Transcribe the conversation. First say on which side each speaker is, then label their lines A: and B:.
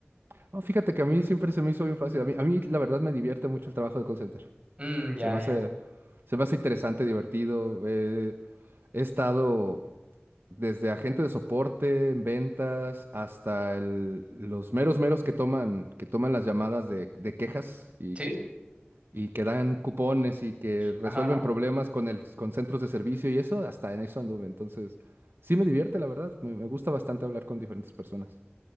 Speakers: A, on the right (about 65°); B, on the right (about 30°).
A: Ah, fíjate que a mí siempre se me hizo bien fácil. A mí, a mí, la verdad me divierte mucho el trabajo de call center.
B: Mm, ya,
A: Se me hace,
B: ya.
A: se me hace interesante, divertido. Eh, he estado desde agente de soporte en ventas hasta el- los meros meros que toman, que toman las llamadas de, de quejas
B: Sí,
A: y que dan cupones y que
B: ajá,
A: resuelven
B: ajá.
A: problemas con el, con centros de servicio y eso, hasta en eso anduve. Entonces, sí me divierte, la verdad. Me, me gusta bastante hablar con diferentes personas.